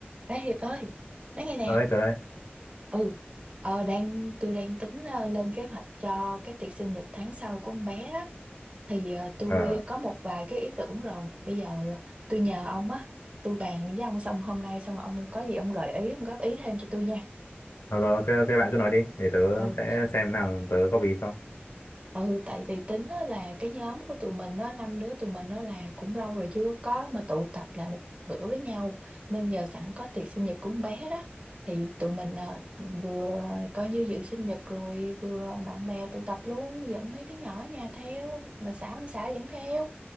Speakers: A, on the right (about 30°); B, on the left (about 75°).
A: Ê Hiệp ơi, nói nghe nè.
B: Ở đây, tớ đây.
A: Ừ, ờ, đang tôi đang tính ờ, lên kế hoạch cho cái tiệc sinh nhật tháng sau của con bé á. Thì ờ, tôi
B: Ờ,
A: có một vài cái ý tưởng rồi. Bây giờ ờ, tôi nhờ ông á, tôi bàn với ông xong hôm nay xong rồi ông có gì ông gợi ý, ông góp ý thêm cho tôi nha.
B: à, rồi, ok, ok, bạn cứ nói đi, để tớ
A: Ừ.
B: sẽ xem nào tớ góp ý không.
A: ừ tại vì tính á là cái nhóm của tụi mình đó năm đứa tụi mình đó là cũng lâu rồi chưa có mà tụ tập lại một bữa với nhau nên nhờ sẵn có tiệc sinh nhật của con bé đó thì tụi mình ờ, vừa coi như dự sinh nhật rồi vừa bạn bè tụ tập luôn dẫn mấy đứa nhỏ ở nhà theo mà xã không xã dẫn theo